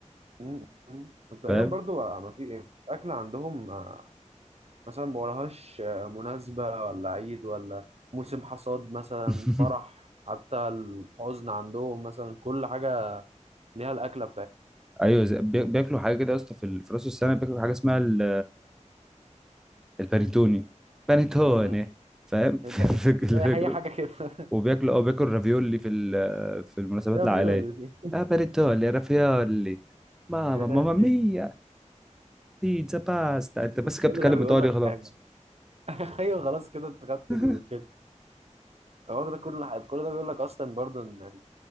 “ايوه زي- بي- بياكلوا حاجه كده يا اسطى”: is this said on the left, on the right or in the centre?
Centre